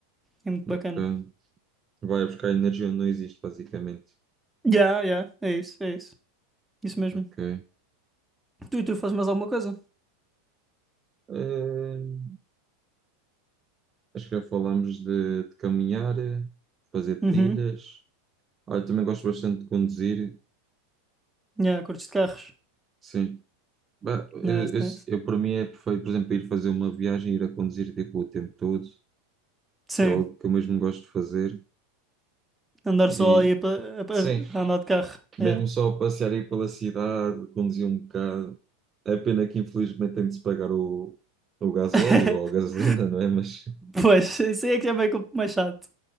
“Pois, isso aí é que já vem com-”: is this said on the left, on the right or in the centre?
Centre